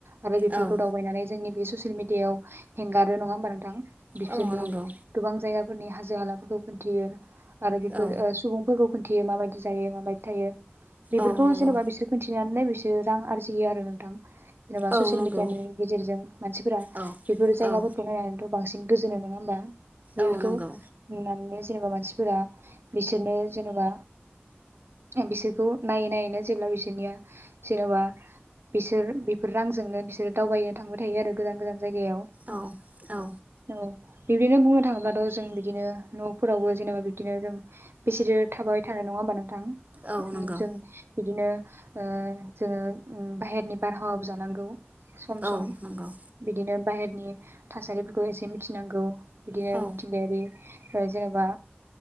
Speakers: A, on the right (about 75°); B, on the right (about 40°).
A: आरो बेफोर
B: औ
A: दावबायनानै जोंनि बे ससियेल मिडियायाव हेंगारो नङा होमबा नोंथां बिसोरनि
B: औ नंगौ
A: गोबां जायगा फोरनि हाजो हालाफोरखौ खोन्थियो। आरो बेफोर
B: औ
A: ओ सुबुंफोरखौ थियो माबायदि जायो माबायदि थायो। बेफोरखौ
B: औ नंगौ
A: जेनेबा बिसोर खोन्थि खोन्थिनानैनो बिसोर रां आरजियो आरो नोंथां। जेनेबा
B: औ
A: ससियेल
B: नंगौ
A: मे जायनि गेजेरजों मानसिफोरा
B: औ
A: बेफोर जायगाफोरखौ
B: औ
A: नायनानैथ बांसिन गोजोनो नङा होमबा बेखौ
B: औ नंगौ
A: नुनानैनो जेनेबा मानसिफोरा बिसोरनो जेनेबा बिसोरखौ नायै नायैनो जेब्ला बिसोरनिया जेनेबा बिसोर बेफोर रांजोंनो दिनो दावबायनो थांबाय थायो आरो गोजान गोजान। जायगायाव
B: औ औ
A: औ बिब्दिनो बुंनो थाङोब्लाथ' जों बिदिनो न'फोरावबो जेनेबा बिब्दिनो जों बेसेथो थाबाय थानाय नङा होमबा नों थां
B: औ
A: ओम
B: नंगौ
A: जों बिदिनो ओ जोङो ओम बाहेरनि बारहावाबो जानांगौ। सम
B: औ
A: सम
B: नंगौ
A: बिदिनो बाहेरनि थासारिफोरखौ एसे मिथिनांगौ बिदिनो
B: औ
A: मिथिंगायारि जेनेबा